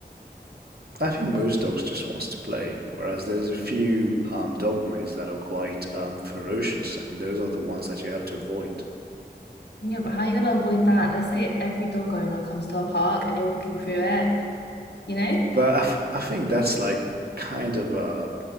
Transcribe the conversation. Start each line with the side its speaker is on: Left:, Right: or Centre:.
Right: I think most dogs just wants to play, whereas there's a few um, dog breeds that are quite um, ferocious, and those are the ones that you have to avoid.
Left: Yeah, but how are you going to avoid that? Let's say every dog owner comes to a park and you're walking through it, you know?
Right: But I, f I think that's like kind of a